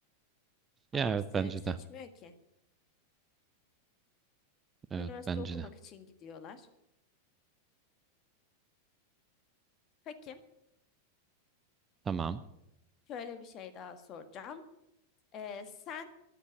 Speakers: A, on the left; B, on the right.
A: Adam
B: Ya evet
A: isteyerek
B: bence
A: seçmiyor
B: de.
A: ki.
B: Evet
A: Üniversite
B: bence
A: okumak
B: de.
A: için gidiyorlar. Peki,
B: Tamam.
A: şöyle bir şey daha soracağım. Ee, sen